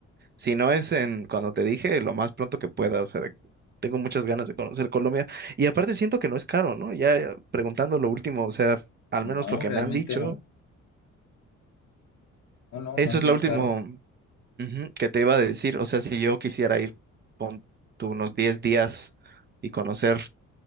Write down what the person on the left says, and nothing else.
No,
realmente
no. No, no,
no es
muy
caro.